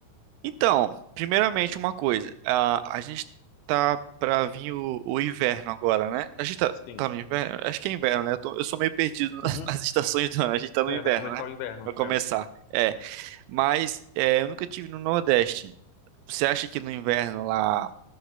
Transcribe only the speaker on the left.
Sim.
Uhum.
É,
vai começar
o inverno.
É.